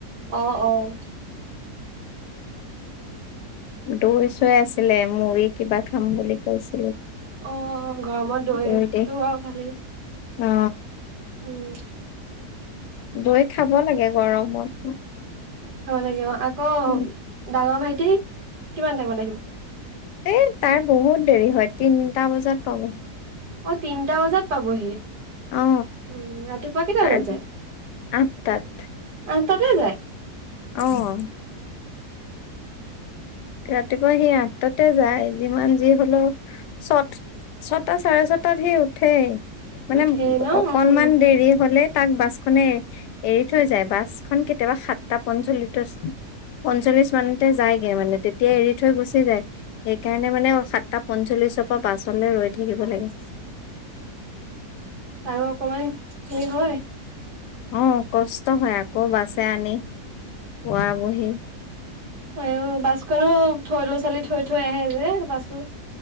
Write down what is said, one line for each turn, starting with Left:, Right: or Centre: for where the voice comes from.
Right: অ', অ'।
Left: দৈ চৈ আছিলে মুড়ি কিবা খাম বুলি কৈছে।
Right: অ' গৰমত দৈটো
Left: দৈ দি
Right: আৰু ভালেই।
Left: অ
Right: উম।
Left: দৈ খাব লাগে গৰমত।
Right: খাব লাগে অ' আকৌ
Left: উম
Right: ডাঙৰ ভাইটি, কিমান টাইমত আহিব।
Left: এ তাৰ বহুত দেৰি হয় তিনিটা বজাত পাব।
Right: অ' তিনটা বজাত পাবহি। উম,
Left: অ
Right: ৰাতিপুৱা কেইটা
Left: তাৰ
Right: বজাত যায়।
Left: আঠটাত।
Right: আঠটাতে যায়।
Left: অ'। ৰাতিপুৱা সেই আঠটাতে যায় যিমান যি হ'লেও ছ ছটা চাৰে ছটাত সি উঠে। মানে
Right: উঠেই ন
Left: অকনমান
Right: উম
Left: দেৰি হ'লে তাক বাছখনে এৰি থৈ যায় বাছখন কেতিয়াবা সাতটা পঞ্চলিছত পঞ্চল্লিশ মানতে যায়গে মানে তে এতিয়া এৰি থৈ গুচি যায়, সেইকাৰণে মানে সাতটা পঞ্চল্লিশৰ পৰা পাছলৈ ৰৈ থাকিব লাগে।
Right: আৰু অকমান হেৰি হয়।
Left: অ' কষ্ট হয় আকৌ বাছে আনি, খোৱা বহি।
Right: আয়ো বাছখনো থৈ ল'ৰা ছোৱালী থৈ থৈ আহে যে বাছো।